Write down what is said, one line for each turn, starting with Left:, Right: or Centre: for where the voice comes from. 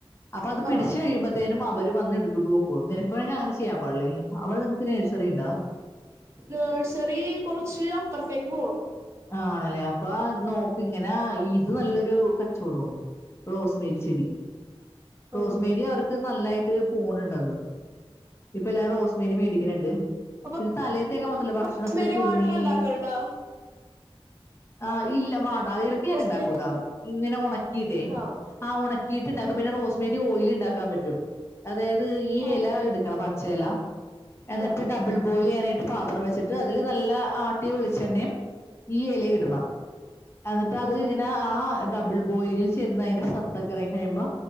Left: അപ്പൊ അത് പിടിച്ച
Right: ആഹ്
Left: കഴിയുമ്പോത്തേനും അവര് വന്ന എടുത്തണ്ട് പോക്കോളും നിനക്ക് വേണെങ്കിൽ അങ്ങനെ ചെയ്യാൻ പാടില്ലേ അവിടെ നെഴ്സ സറിണ്ടാ
Right: നഴ്സറി കുറച്ച് അപ്പുറത്തേക്ക് പോണം
Left: ആണല്ലേ അപ്പൊ നോക്ക് ഇങ്ങനെ ഇത് നല്ലൊരു കച്ചോട റോസ്മേരി ചെടി റോസ്മേരി
Right: ആഹ്
Left: അവർക്ക് നല്ലായിട്ട് പോണുണ്ടന്ന് ഇപ്പൊ എല്ലാരും റോസ് മേരി മേടിക്കണ് ഇണ്ട്
Right: അപ്പൊ
Left: ഇത് തലേത്തേക്കെ മാത്രല്ല ഭക്ഷണത്തിലൊക്കെ
Right: റോസ്മേരി
Left: ഇടുമി
Right: വാട്ടർ ഉണ്ടാക്കാറുണ്ടോ
Left: ആ ഇല്ല വാട്ട അതി ഇടക്ക് ഞാൻ
Right: റോസ്മേരി
Left: ഇണ്ടാക്കൂട്ടാ
Right: വാട്ടർ
Left: ഇങ്ങനെ ഉണക്കിട്ടെ
Right: ആഹ്
Left: ആ ഉണക്കിയിട്ട്ണ്ടാക്കും പിന്നെ റോസ്മേരി ഓയിൽ ഉണ്ടാക്കാൻ പറ്റും അതായത് ഈ
Right: ആഹ്
Left: ഇല എടുക്കണം പച്ച ഇല എന്നിട്ട്
Right: ആഹ്
Left: ഡബിൾ ബോയിൽ ചെയ്യാനായിട്ട് പാത്രം വെച്ചിട്ട് അതിൽ നല്ല ആട്ടിയ വെളിച്ചെണ്ണയും ഈ ഇലയും ഇടണം എന്നിട്ട് അത്
Right: ആഹ്
Left: ഇങ്ങനെ ആ ഡബിൾ ബോയിലിങ്ങിൽ ചെന്ന് അതിന്റെ സത്തക്ക ഇറങ്ങി കഴിയുമ്പോ